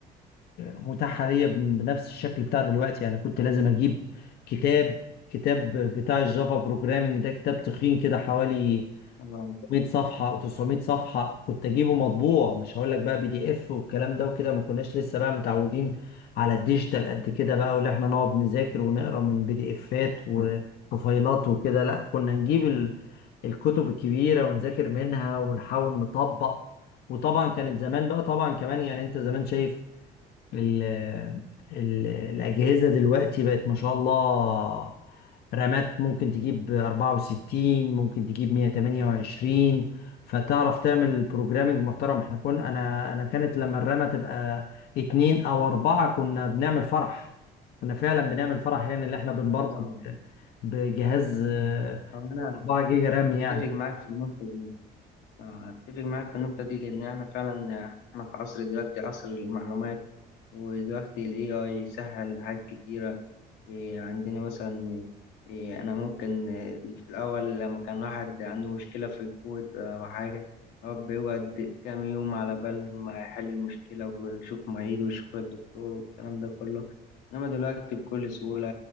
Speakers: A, on the left; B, on the left.
A: متاحة ليا بن- بنفس الشكل بتاع دلوقتي يعني كنت لازم أجيب كتاب كتاب بتاع الجافا بروجرامينج ده كتاب تخين كده حوالي
B: أه
A: 600 صفحة و900 صفحة كنت أجيبه مطبوع مش هقول لك بقى بي دي إف والكلام ده وكده ما كناش لسه بقى متعودين على الديجيتال قد كده بقى واللي إحنا نقعد نذاكر ونقرا من بي دي إفات و- وفايلات وكده لا كنا نجيب ال- الكتب الكبيرة ونذاكر منها ونحاول نطبق وطبعا كانت زمان بقى طبعا كمان يعني أنت زمان شايف ال ال الأجهزة دلوقتي بقت ما شاء الله رامات ممكن تجيب 64 ممكن تجيب 128 فتعرف تعمل بروجرامنج محترم احنا كن انا انا كانت لما الرامة تبقى اتنين او اربعة كنا بنعمل فرح كنا فعلا بنعمل فرح يعني اللي احنا بنبرمج
B: أه فاهم.
A: بجهاز آه،
B: أو أنا
A: 4 جيجا رام
B: أتفق
A: يعني
B: معاك في النقطة دي أتفق معاك في النقطة دي لأن إحنا فعلا إحنا في عصر دلوقتي عصر المعلومات ودلوقتي ال AI سهل حاجات كتيرة إيه، عندنا مثلا إيه، أنا ممكن إيه، في الأول لما كان واحد عنده مشكلة في الكود آه، أو حاجة هو بيقعد كام يوم على بال ما يحل المشكلة ويشوف معيد ويشوف الدكتور والكلام ده كله إنما دلوقتي بكل سهولة